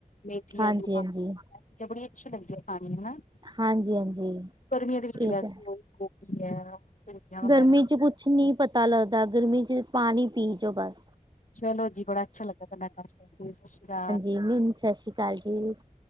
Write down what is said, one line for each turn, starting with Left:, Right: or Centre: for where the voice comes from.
Left: ਮੇਥੀ
Right: ਹਾਂਜੀ
Left: ਆਲੂ ਖਾਂਦੇ
Right: ਹਾਂਜੀ
Left: ਇਹ ਚੀਜ਼ਾਂ ਬੜੀ ਅੱਛੀਆਂ ਲੱਗਦੀਆਂ ਖਾਣੀ ਹਨਾ
Right: ਹਾਂਜੀ ਹਾਂਜੀ
Left: ਗਰਮੀਆਂ ਦੇ ਵਿੱਚ ਵੈਸੇ
Right: ਇਹ ਤਾਂ
Left: ਉਹੀ ਗੋਭੀ ਹੈ ਭਿੰਡੀਆਂ
Right: ਗਰਮੀ
Left: ਵਗੈਰਾ
Right: ਚ ਕੁ ਕੁਛ ਨਹੀਂ ਪਤਾ ਲੱਗਦਾ ਗਰਮੀ 'ਚ ਪਾਣੀ ਪੀ ਜਾਓ ਬਸ
Left: ਚਲੋ ਜੀ ਬੜਾ ਅੱਛਾ ਲੱਗਾ ਤੁਡ ਸਤਿ ਸ਼੍ਰੀ ਅਕਾਲ
Right: ਮਨ ਸਤਿ ਸ਼੍ਰੀ ਅਕਾਲ <inaudible>